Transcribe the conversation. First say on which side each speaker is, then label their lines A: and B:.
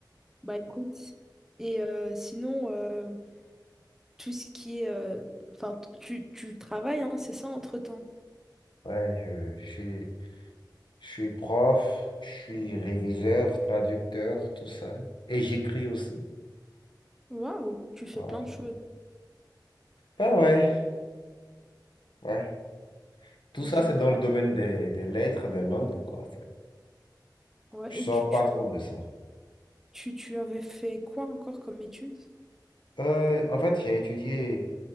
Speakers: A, in the centre; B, on the left.
A: Bah écoute. Et euh, sinon, euh, tout ce qui est... euh, Enfin, t- tu, tu travailles, hein, c'est ça, entre-temps.
B: Ouais, je, je suis, je suis prof, je suis réviseur, traducteur, tout ça, et j'écris aussi.
A: Waouh, tu fais
B: Ouais,
A: plein de choses.
B: ben ouais, ouais. Tout
A: Génial.
B: ça, c'est dans le domaine des, des lettres, des langues, quoi.
A: Ouais,
B: Je
A: et
B: sors
A: tu, tu,
B: pas trop de ça.
A: tu, tu avais fait quoi encore comme études?
B: Euh, en fait, j'ai étudié